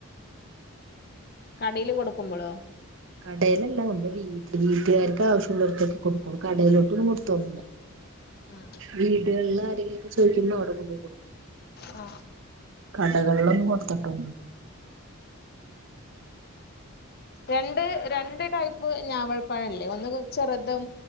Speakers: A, on the left; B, on the right.
A: കടയിൽ കൊടുക്കുമ്പോഴോ
B: കടയിലല്ല നമ്മള് വീട് വീട്ടുകാർക്ക് ആവശ്യമുള്ളവർത്തൊക്കെ കൊടുക്കളൂ കടയിലോട്ട് ഒന്നും കൊടുത്തോന്നില്ല
A: ആ
B: വീടുകളില ആരെങ്കിലും ചോദിക്കുന്നോ അവിടെ കൊണ്ടുകൊടുകും
A: ആ
B: കടകളിലൊന്നും കൊടുത്തട്ടോ <inaudible>
A: രണ്ട് രണ്ട് ടൈപ്പ് ഞാവൽപ്പാഴല്ലേ ഒന്ന് ചെറുതും